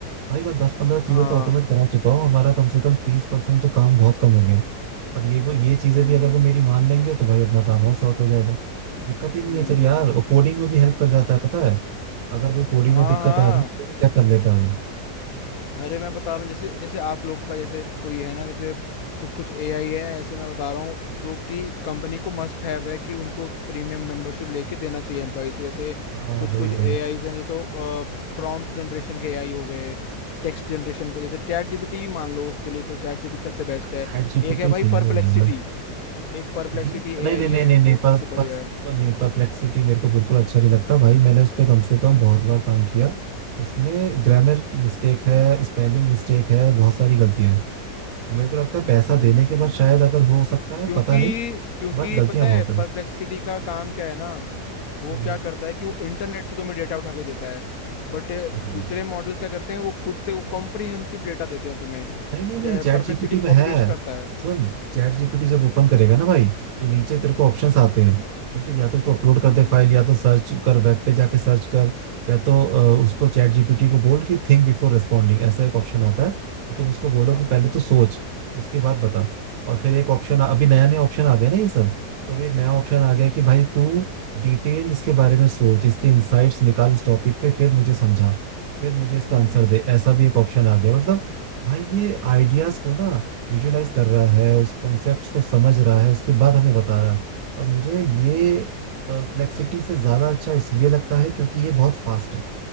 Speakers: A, on the right; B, on the left.
A: भाई मैं दस पंद्रह चीजें
B: हाँ
A: तो ऑटोमेट करा चुका हूँ हमारा कम से कम तीस परसेंट तो काम बहुत कम हो गया है बट ये वो ये चीजें
B: हम्म
A: भी अगर वो मेरी मान लेंगे तो भाई अपना काम और सॉर्ट हो जाएगा दिक्कत ही नहीं
B: हम्म
A: है फिर यार वो कोडिंग में भी हेल्प कर जाता है पता है अगर कोई कोडिंग
B: हाँ
A: में दिक्कत
B: हाँ
A: आ रही है वो भी चेक कर लेता हूँ
B: अरे मैं बता रहा हूँ जैसे जैसे आप लोग का जैसे कोई है ना जैसे कुछ कुछ एआई है ऐसे मैं बता रहा हूँ जो कि कंपनी को मस्ट हैव है कि उनको प्रीमियम मेंबरशिप लेके देना चाहिए एम्प्लॉयज को जैसे
A: हाँ
B: कुछ
A: वही
B: कुछ एआईज
A: वही
B: हैं जैसे प्रॉम्प्ट जनरेशन के एआई हो गए टेक्स्ट जनरेशन के जैसे चैट जीपीटी मान लो उसके लिए तो चैट जीपीटी सबसे बेस्ट है
A: चैट जीपीटी
B: एक है भाई
A: सही
B: परप्लेक्सिटी
A: है यार
B: एक परप्लेक्सिटी
A: डीप नहीं
B: एआई
A: नहीं नहीं
B: है
A: नहीं
B: वो
A: नहीं
B: सबसे
A: पर,
B: बढ़िया
A: पर,
B: है
A: पर नहीं परप्लेक्सिटी मेरे को बिल्कुल अच्छा नहीं लगता भाई मैंने उस पर कम से कम बहुत बार काम किया उसमें ग्रामर मिस्टेक है स्पेलिंग मिस्टेक है बहुत सारी गलतियां हैं मेरे को लगता है पैसा
B: हम्म
A: देने के बाद शायद अगर हो सकता है
B: क्योंकि
A: पता नहीं
B: क्योंकि
A: बट गलतियां
B: पता है
A: बहुत हैं
B: परप्लेक्सिटी का काम क्या है ना वो
A: हम्म,
B: क्या करता है कि वो इंटरनेट से तुम्हें डेटा उठा के देता है बट
A: हाँ
B: दूसरे मॉडल्स क्या करते हैं वो खुद से वो कॉम्प्रिहेंसिव डेटा देते हैं तुम्हें
A: नहीं नहीं नहीं
B: परप्लेक्सिटी
A: चैट जीपीटी में
B: कॉपी
A: है
B: पेस्ट करता है
A: सुन चैट जीपीटी जब ओपन करेगा ना भाई तो नीचे तेरे को ऑप्शंस आते हैं ठीक है या तो तू अपलोड
B: हम्म
A: कर दे फाइल या तो सर्च कर वेब पे जाके सर्च कर या तो अ,
B: हम्म
A: उसको चैट जीपीटी को बोल कि थिंक बिफोर रेस्पॉन्डिंग ऐसा एक ऑप्शन आता है तो तुम उसको बोलो
B: हाँ
A: कि पहले तो सोच उसके बाद बता और फिर एक ऑप्शन अभी नया नया ऑप्शन आ गया ना ये सब तो अभी एक नया ऑप्शन आ
B: हम्म
A: गया है कि भाई तू डिटेल इसके बारे में सोच इसके इंसाइट्स निकाल इस टॉपिक पे फिर मुझे समझा फिर मुझे इसका
B: हम्म
A: आंसर दे ऐसा भी एक ऑप्शन आ गया मतलब भाई ये आइडियाज को ना विजुलाइज कर रहा है उस कॉन्सेप्ट को समझ रहा है उसके बाद हमें बता रहा है और मुझे ये परप्लेक्सिटी से ज्यादा अच्छा इसलिए लगता है क्योंकि ये बहुत फास्ट है